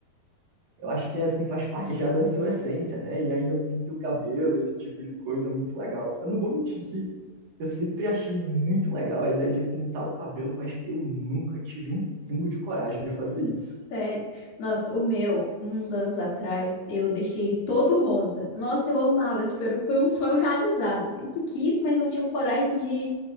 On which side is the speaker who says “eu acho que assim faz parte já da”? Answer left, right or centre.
Right